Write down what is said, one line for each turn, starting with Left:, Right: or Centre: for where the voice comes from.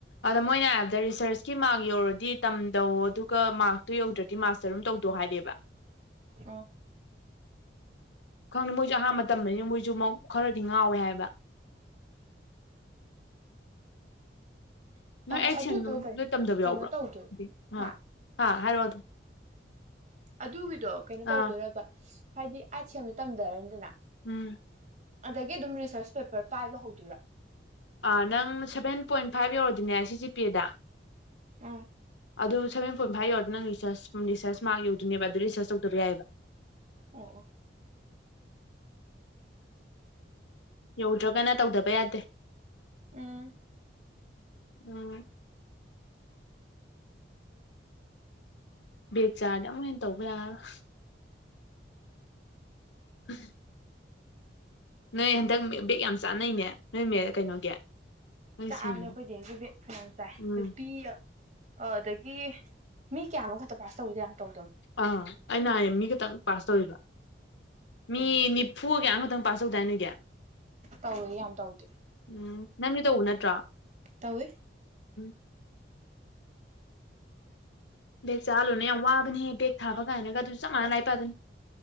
Left: ꯑꯗ ꯃꯣꯏꯅ ꯍꯥꯏꯔꯕꯗ ꯔꯤꯁꯔꯁꯀꯤ ꯃꯥꯔꯛ ꯌꯧꯔꯗꯤ ꯇꯝꯗꯧꯑꯣ ꯑꯗꯨꯒ ꯃꯥꯔꯛꯇꯨ ꯌꯧꯗ꯭ꯔ ꯗꯤ ꯃꯥꯁꯇꯔ ꯗꯨꯝ ꯇꯧꯗꯧ ꯍꯥꯏꯔꯦꯕ
Right: ꯎꯝ
Left: ꯈꯪꯗꯦ ꯃꯣꯏꯁꯨ ꯑꯍꯥꯟꯕ ꯇꯝꯕꯅꯤꯅ ꯃꯣꯏꯁꯨꯃꯛ ꯈꯔꯗꯤ ꯉꯥꯎꯋꯦ ꯍꯥꯏꯕ
Right: ꯎꯝ
Left: ꯅꯣꯏ ꯑꯥꯢꯠꯁꯦꯡ
Right: ꯑꯗꯨꯗꯣ
Left: ꯑꯗꯨꯝ
Right: ꯀꯩꯅꯣ
Left: ꯅꯣꯏ ꯇꯝꯗꯕ
Right: ꯀꯩꯅꯣ
Left: ꯌꯥꯎꯕ꯭ꯔꯣ
Right: ꯇꯧꯗꯣꯏꯕ
Left: ꯗꯤ ꯑꯥꯥ
Right: ꯍꯥ
Left: ꯍꯥꯏꯔꯛꯑꯣ ꯑꯗꯨ
Right: ꯑꯗꯨꯒꯤꯗꯣ ꯀꯩꯅꯣ ꯇꯧꯗꯣꯏꯔꯕ
Left: ꯑꯥ
Right: ꯍꯥꯏꯗꯤ ꯑꯥꯏꯠ ꯁꯦꯝꯗꯣ ꯇꯝꯊꯔꯅꯤꯗꯅ
Left: ꯎꯝ
Right: ꯑꯗꯒꯤ ꯗꯨꯝ ꯔꯤꯁꯔꯁ ꯄꯦꯄꯔ ꯄꯥꯏꯕ ꯍꯧꯗꯨꯏꯔꯣ
Left: ꯑꯥ ꯅꯪ ꯁꯚꯦꯟ ꯄꯣꯏꯟ ꯐꯥꯏꯚ ꯌꯧꯔꯗꯤꯅꯦ ꯁꯤ ꯖꯤ ꯄꯤꯑꯦꯗ
Right: ꯎꯝ
Left: ꯑꯗꯨ ꯁꯕꯦꯟ ꯄꯣꯏꯟ ꯐꯥꯏꯚ ꯌꯎꯔꯗ ꯅꯪ ꯔꯤꯁꯔꯁ ꯔꯤꯁꯔꯁ ꯃꯥꯔꯜ ꯌꯧꯗꯨꯅꯦꯕ ꯑꯗꯨ ꯔꯤꯁꯔꯁ ꯇꯧꯗꯕ ꯌꯥꯢꯌꯦꯕ
Right: ꯑꯣ ꯑꯣ
Left: ꯌꯧꯗ꯭ꯔꯒꯅ ꯇꯧꯗꯕ ꯌꯥꯗꯦ
Right: ꯎꯝ
Left: ꯎꯝ ꯕꯦꯛ ꯆꯥꯔꯗꯤ ꯑꯃꯨꯛ ꯍꯦꯟꯅ ꯇꯧꯕ ꯌꯥ꯭ꯔꯣꯏ <unintelligible> ꯅꯣꯏ ꯍꯟꯗꯛ ꯕꯦꯛ ꯌꯥꯝ ꯆꯥꯅꯩꯅꯦ ꯅꯣꯏ ꯀꯩꯅꯣꯒꯤ ꯅꯣꯏ
Right: ꯆꯥꯕꯅꯦ
Left: ꯁꯦꯝ
Right: ꯑꯩꯈꯣꯏ ꯗꯤꯑꯦꯝꯒꯤ ꯕꯦꯛ ꯐꯅꯌꯥꯝ ꯆꯥꯏ
Left: ꯎꯝ
Right: ꯅꯨꯄꯤ ꯑ ꯑꯗꯒꯤ ꯃꯤ ꯀꯌꯥꯅꯣꯝꯈꯛꯇ ꯄꯥꯁ ꯇꯧꯋꯤꯗ ꯌꯥꯝ ꯇꯧꯗꯕꯅꯣ꯫
Left: ꯑꯥ ꯑꯩꯅ ꯍꯥꯏ ꯃꯤ ꯈꯇꯪ ꯄꯥꯁ ꯇꯧꯋꯦꯕ ꯃꯤ
Right: ꯎꯝ
Left: ꯅꯤ_ _ ꯐꯨꯒ ꯀꯌꯥꯅꯣꯝꯈꯇꯪ ꯄꯥꯁ ꯇꯧꯗꯥꯏ ꯅꯣꯏꯒꯤ꯫
Right: ꯇꯧꯋꯦ ꯌꯥꯝ ꯇꯧꯗꯦ
Left: ꯎꯝ ꯅꯪꯗꯤ ꯇꯧꯕ ꯅꯠꯇ꯭ꯔꯣ꯫
Right: ꯇꯧꯋꯤ
Left: <unintelligible> ꯕꯦꯛ ꯆꯥꯍꯜꯂꯨꯅꯣ ꯌꯥꯝ ꯋꯥꯕꯅꯤꯍꯦ ꯕꯦꯛ ꯊꯥꯕ ꯀꯥꯏꯅꯒ ꯑꯗꯨ ꯆꯄ ꯃꯥꯅ꯭ꯅꯥ ꯂꯥꯏꯛ ꯄꯥꯗꯣꯏꯅꯤ꯫